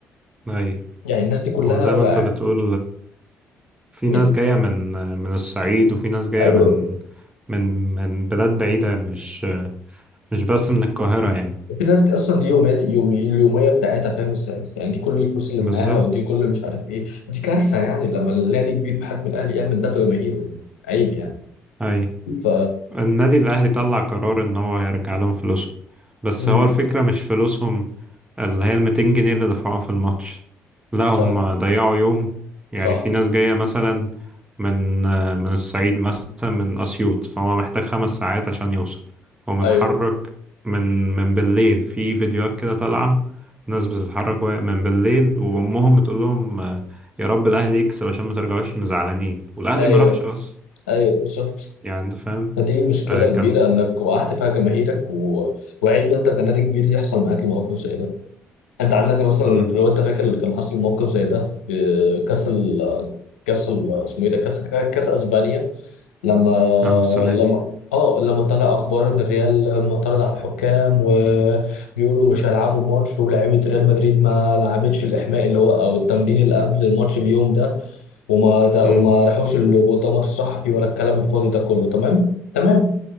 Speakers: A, on the right (about 15°); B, on the left (about 85°).
A: اي
B: يعني الناس دي كلها
A: هو زي ما
B: بقى
A: انت بتقول في
B: يعني
A: ناس جاية من من الصعيد وفي ناس جاية
B: ايوه
A: من من من بلاد بعيدة مش مش بس من القاهرة يعني
B: في ناس دي اصلا دي يومات يوم اليوميه بتاعتها فاهم ازاي يعني دي كل الفلوس اللي
A: بالظبط
B: معاها ودي كل مش عارف ايه دي كارثه يعني لما النادي كبير بحجم الاهلي يعمل ده في جماهيره يعني عيب يعني
A: أي
B: ف
A: النادي الأهلي طلع قرار إن هو هيرجع لهم فلوسهم بس
B: مم.
A: هو الفكرة مش فلوسهم اللي هي الميتين جنيه اللي دفعوهم في الماتش لا هم
B: صح
A: ضيعوا يوم يعني
B: صح
A: في ناس جاية مثلا من من الصعيد مثلا من أسيوط فهو محتاج خمس ساعات عشان يوصل فهو متحرك
B: ايوه
A: من من بالليل في فيديوهات كده طالعة ناس بتتحرك وهي- من بالليل وأمهم بتقول لهم آه، يا رب الأهلي يكسب عشان ما ترجعوش مزعلانين والأهلي
B: ايوه
A: ما راحش أصلا
B: ايوه بالظبط
A: يعني أنت فاهم
B: فدي مشكله
A: آه، كان
B: كبيره انك وقعت فيها جماهيرك و... وعيب انت كنادي كبير يحصل معاك موقف زي ده انت عندك مثلا
A: امم
B: لو انت فاكر اللي كان حصل موقف زي ده في كاس ال... كاس ال... اسمه ايه ده كاس كاس اسبانيا لما
A: اه السنة
B: لما
A: دي
B: اه لما طلع اخبار ان الريال معترض على الحكام وبيقولوا مش هيلعبوا الماتش ولاعيبه ريال مدريد ما لعبتش الاحماء اللي هو او التمرين اللي قبل الماتش بيوم ده وما ده
A: امم
B: وما راحوش المؤتمر الصحفي ولا الكلام الفاضي ده كله تمام تمام